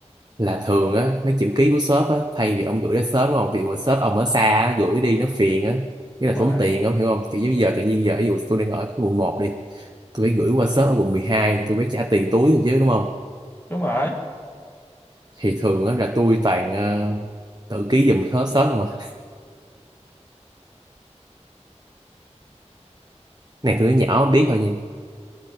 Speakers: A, on the right; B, on the left.
A: là thường á mấy chữ ký của shop á thay vì ông gửi đến shop đúng không ví dụ mà shop ông ở xa á, gửi đi nó phiền á nghĩa
B: đúng
A: là
B: rồi
A: tốn tiền ông hiểu không kiểu như giờ tự nhiên giờ ví dụ tôi đang ở cái quận một đi tôi phải gửi qua shop ở quận mười hai tôi phải trả tiền túi thôi chứ đúng không
B: đúng rồi
A: thì thường á là tôi toàn ờ, tự ký giùm shop shop không à này tôi nói nhỏ biết thôi nha